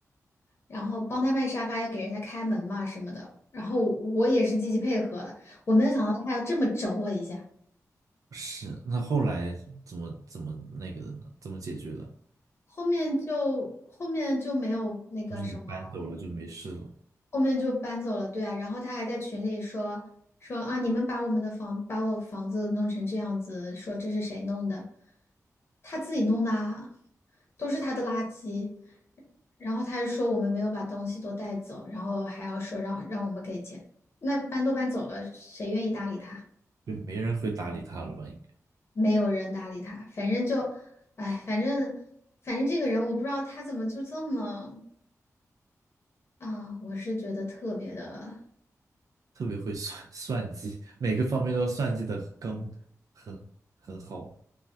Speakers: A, on the left; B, on the right.
A: 然后帮他卖沙发要给人家开门嘛什么的。然后我也是积极配合的，我没有想到他要这么整我一下。
B: 是，那后来怎么怎么那个的呢？怎么解决的？
A: 后面就后面就没有那个什么，
B: 就是你们搬走了就没事了，
A: 后面就搬走了。对啊，然后他还在群里说说啊，你们把我们的房把我房子弄成这样子，说这是谁弄的？他自己弄的啊，都是他的垃圾。然后他还说我们没有把东西都带走，然后还要说让让我们给钱。那搬都搬走了，谁愿意搭理他？
B: 对，没人会搭理他了吧？应该
A: 没有人搭理他，反正就，哎，反正反正这个人我不知道他怎么就这么。啊，我是觉得特别的，
B: 特别会算 <laughs> 算计，每个方面都要算计的刚很很好。